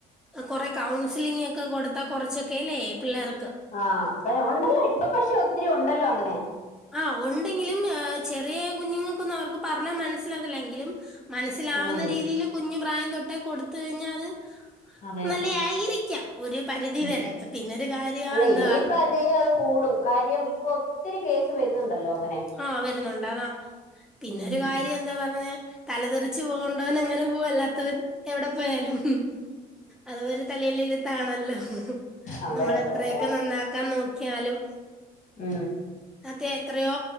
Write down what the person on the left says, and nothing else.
ആഹ് അപ്പൊ ഉണ്ടല്ലോ ഇപ്പൊ പക്ഷെ ഒത്തിരി ഉണ്ടല്ലോ അങ്ങനെ
ഉം
അതെ
അതെ
ഉം
അല്ല
ഇനിയിപ്പ അല്ലേലും അത് കൂടും കാര്യം ഇപ്പൊ ഒത്തിരി കേസ് വരുന്നുണ്ടല്ലോ അങ്ങനെ
ഉം
അതെ
അതെ
അതെ
ഉം